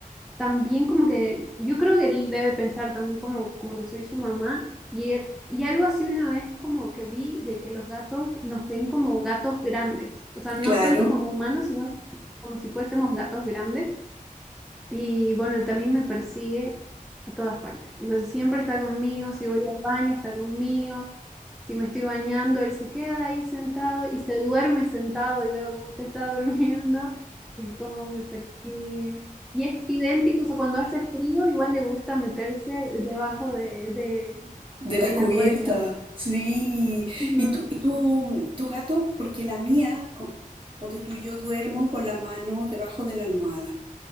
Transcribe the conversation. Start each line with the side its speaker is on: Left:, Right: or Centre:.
Centre: también como que, yo creo que él debe pensar también como, como que soy su mamá y, e, y algo así una vez como que vi de que los gatos nos ven como gatos grandes, o sea, no
Right: Claro,
Centre: tanto como humanos, sino como si fuésemos gatos grandes y bueno, él también me persigue a todas partes. O sea, siempre está conmigo, si voy al baño, está conmigo, si me estoy bañando, él se queda ahí sentado y se duerme sentado y veo cómo se está <laughs> durmiendo y cómo me persigue. Y es idéntico, o sea, cuando hace frío, igual le gusta meterse debajo de, de,
Right: de
Centre: de
Right: las cubiertas.
Centre: la colcha.
Right: Sí,
Centre: Ujú,
Right: y tú, y tú- tu gato, porque la mía, co- ponte tú, yo duermo con la mano debajo de la almohada.